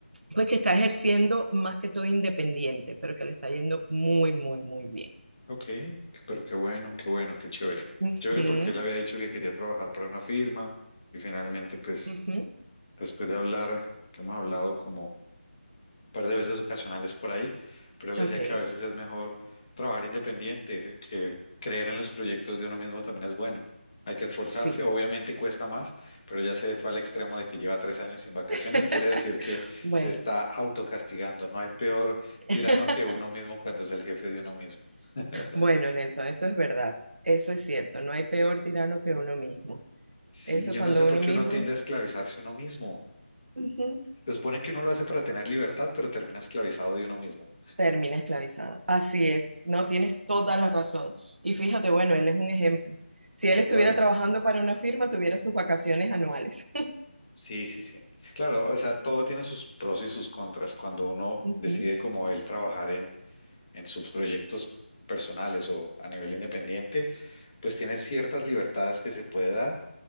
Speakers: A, on the right; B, on the left.
A: pues que está ejerciendo más que todo independiente, pero que le está yendo muy, muy, muy bien.
B: Ok, pero qué bueno, qué bueno, qué chévere.
A: Ujú,
B: Qué Chévere porque él había dicho que quería trabajar para una firma y finalmente, pues,
A: ujú.
B: después de hablar, que hemos hablado como... par de veces ocasionales por ahí, pero él
A: Ok,
B: decía que a veces es mejor trabajar independiente, que creer en los proyectos de uno mismo también es bueno. Hay que esforzarse,
A: sí.
B: obviamente cuesta más, pero ya se fue al extremo de que lleva tres años sin vacaciones,
A: <laughs>
B: quiere decir que
A: Bueno,
B: se está autocastigando. No hay peor
A: <laughs>
B: tirano que uno mismo cuando es el jefe de uno mismo. <laughs>
A: bueno, Nelson, eso es verdad. Eso es cierto. No hay peor tirano que uno mismo.
B: Sí,
A: Eso
B: yo
A: cuando
B: no sé por
A: uno
B: qué
A: mismo
B: uno tiende a esclavizarse uno mismo.
A: ujú,
B: Se supone que uno lo hace para tener libertad, pero termina esclavizado de uno mismo.
A: termina esclavizado. Así es. No, tienes toda la razón. Y fíjate, bueno, él es un ejemplo. Si él estuviera
B: Uy,
A: trabajando para una firma, tuviera sus vacaciones anuales.
B: Sí, sí, sí. Claro, o sea, todo tiene sus pros y sus contras. Cuando uno
A: <laughs> Ujú,
B: decide como él trabajar en, en sus proyectos personales o a nivel independiente, pues tiene ciertas libertades que se puede dar.